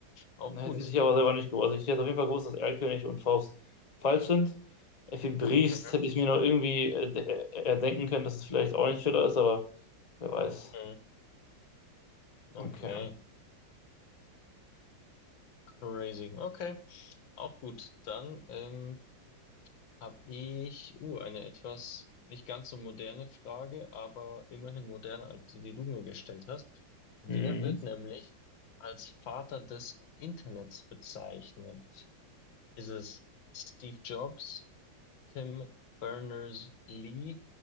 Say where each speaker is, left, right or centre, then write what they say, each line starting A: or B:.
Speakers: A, on the left; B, on the left.
A: Auch
B: Ne,
A: gut.
B: Das hätte ich aber selber nicht gewusst. Also ich hätte auf jeden Fall gewusst, dass Erlkönig und Faust falsch sind. Effi Briest
A: Mhm.
B: hätte ich mir noch irgendwie äh, de- äh, erdenken können, dass es vielleicht auch nicht Schiller ist, aber wer weiß.
A: Mhm. Okay,
B: Okay.
A: crazy. Okay, auch gut. Dann ähm, habe ich uh, eine etwas nicht ganz so moderne Frage, aber immerhin moderner als die, die du mir gestellt hast. Wer
B: Mhm.
A: wird nämlich als Vater des Internets bezeichnet? Ist es Steve Jobs, Tim Berners-Lee,